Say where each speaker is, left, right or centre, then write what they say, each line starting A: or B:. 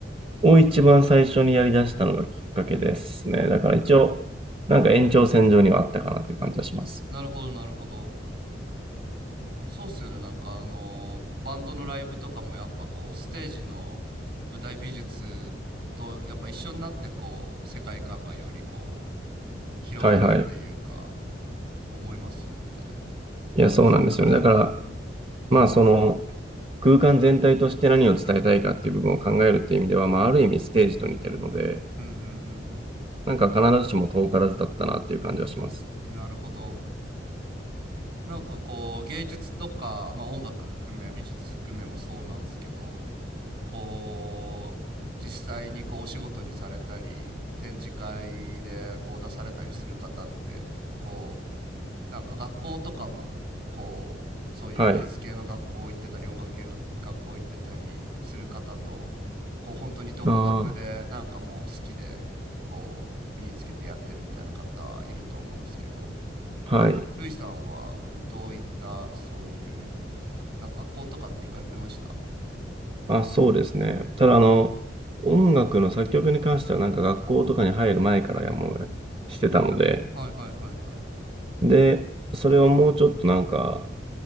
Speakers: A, on the right (about 30°); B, on the right (about 60°).
A: を一番最初にやり出したのがきっかけですね。だから一応、
B: うーん
A: なんか延長線上にはあったかなっていう感じはします。
B: なるほどなるほど。そうっすよね。なんかあのバンドのライブとかもやっぱこう、ステージの舞台美術とやっぱ一緒になってこう、世界観がよりこう、広がるっていうか、
A: はいはい。
B: 思いますもんね。
A: いや、そうなんですよね。だから、
B: うん。
A: まあその、空間全体として何を伝えたいかっていう部分を考えるっていう意味では、まあある意味ステージと似てるので、
B: うんうんうん
A: なんか必ずしも遠からずだったなっていう感じはします。
B: うん。なるほど。なんかこう芸術とか、まあ、音楽含め美術含めもそうなんですけどこう実際にこうお仕事にされたり展示会でこう出されたりする方ってこうなんか学校とかもこうそういう美術系の学校行ってたり音楽系の学校行ってたりする方とこう本当に独学でなんかもう好きでこう身につけてやってるみたいな方いると思うんですけど
A: はい。ああ、はい。
B: ルイさんはどういったそういうなんか学校とかって行かれてました
A: あ、そうですね。ただ、あの、音楽の作曲に関しては、なんか学校とかに入る前からやもうやしてたので、
B: はいはいはいはい。
A: で、それをもうちょっとなんか